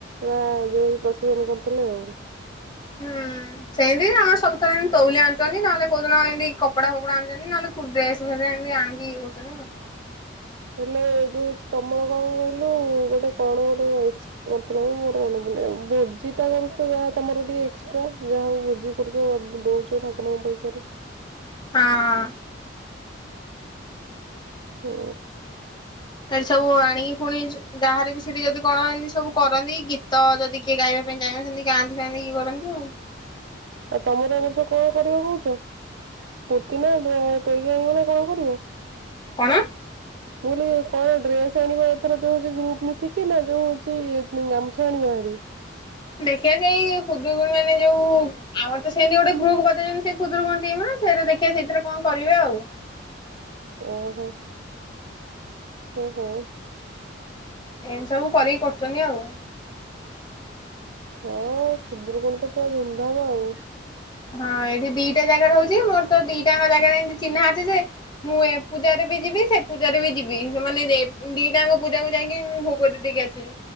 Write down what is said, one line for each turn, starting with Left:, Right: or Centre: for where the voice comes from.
Right: ବା ଯୋଉ ପ୍ରଶେସନ୍ କରୁଥୁଲେ ଆଉ।
Left: ହୁଁ ସେମିତି ଆମର ସବୁଥର ତୈଉଲିଆ ଆଣିୁଚନ୍ତି ନହେଲେ କୋଉଦିନ ଏମିତି କପଡା ଫପଡା ଆଣିୁଚନ୍ତି ନହେଲେ। ଡେସ୍ ଫେସ୍ ଏନ୍ତି ଆଣିକିି ଇଏ କରୁଚନ୍ତି।
Right: ହେଲେ ଯୋଉ ତମର କଁ କହିଲୁ ଗୋଟେ କଣ ଗୋଟେ ଏକ୍ସ ଅଥୁଲା ମ ମୋର ମନେ ପଡୁନି ଆଉ ଭୋଜିଟା କରୁଚ ଯାହା ତମର ଟିକେ ଏକ୍ସଟ୍ରା ଯାହା ହଉ ଭୋଜି କରୁଚ ଆ ଦୋଉଚ ଠାକୁରଙ୍କ ପଇସାରେ।
Left: ହଁ।
Right: ହୁଁ।
Left: ଆରେ ସବୁ ଆଣିକି ଫୁଣି ଯୁ ଯାହାର ବି ସେଠି ଯଦି କଣ ଏନ୍ତି ସବୁ କରନ୍ତି ଗୀତ ଯଦି କିଏ ଗାଇବା ପାଇଁ ଚାହିଁବେ ସେମତି ଗାଆନ୍ତି ଫାଆନ୍ତି ଇଏ କରନ୍ତି ଆଉ।
Right: ଆଉ ତମର ଏ ବର୍ଷ କଣ କରିବ କହୁଚ? ଫୁର୍ତି ନାଁ ଡ୍ରେ ତୋଇ ଯାଇବ ନା କଣ କରିବ?
Left: କଣ?
Right: ମୁଁ ଅଲି କଣ ଡ୍ରେସ ଆଣିବ ଏଥର ଯୋଉ ହଉଚି ଗ୍ରୁପ ମିଶିକି ନାଁ ଯୋଉ ହଉଚି ଗାମୁଛା ଆଣିବ ହାରି?
Left: ଦେଖିବା ସେଇ ଖୁଦୁରୁକୁଣୀ ମାନେ ଯୋଉ ଆମର ତ ସେନ୍ତି ଗୋଟେ ଗ୍ରୁପ କରଦେଇଚନ୍ତି ସେ ଖୁଦୁରୁକୁଣୀ ଟିମ୍ ରେ ସେଇଟା ଦେଖିଆ ସେଇଥିରେ କଁ କରିବେ ଆଉ।
Right: ଓହୋ। ଓହୋ।
Left: ଏନ୍ତି ସବୁ କରି କରୁଚନ୍ତି ଆଉ।
Right: ହଁ ଖୁଦୁରୁକୁଣୀ ତ ପୁରା ଧୁମଧାମ ଆଉ।
Left: ହଁ ଏଠି ଦିଟା ଜାଗା ରହୁଚି ମୋର ତ ଦିଟା ଆଙ୍କ ଜାଗାରେ ଏନ୍ତି ଚିହ୍ନା ଅଛି ଯେ ମୁଁ ଏ ପୂଜାରେ ବି ଯିବି ସେ ପୂଜାରେ ବି ଯିବି ସେମାନେ ଦେ ଦିଟା ଆଙ୍କ ପୂଜାକୁ ଯାଇକି ମୁଁ ଭୋଗ ଦେ ଦେଇକି ଆସିବି।